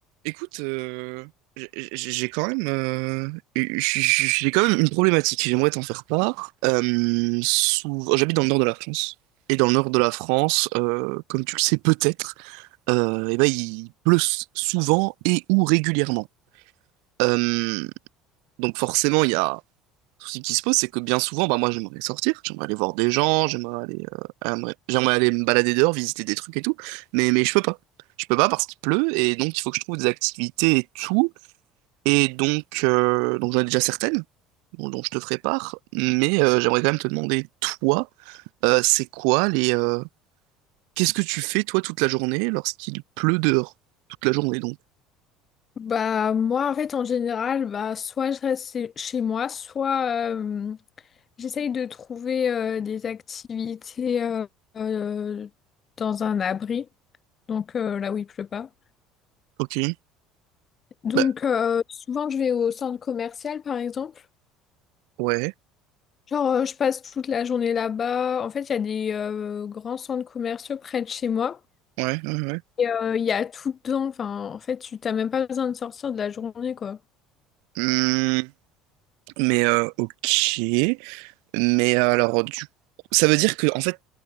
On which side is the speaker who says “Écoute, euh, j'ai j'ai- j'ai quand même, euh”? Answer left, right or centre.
Right